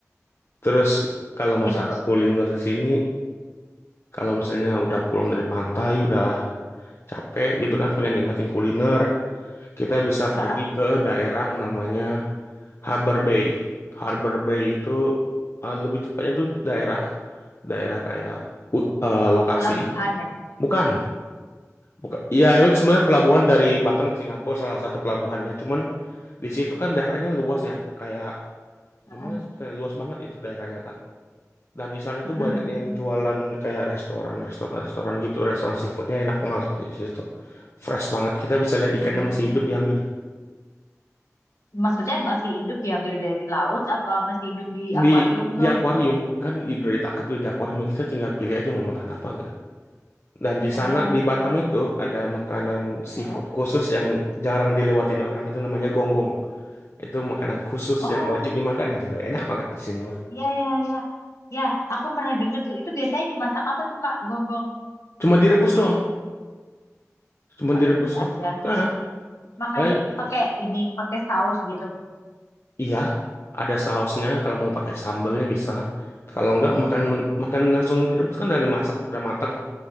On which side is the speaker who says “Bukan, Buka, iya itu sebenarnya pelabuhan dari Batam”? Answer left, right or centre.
Left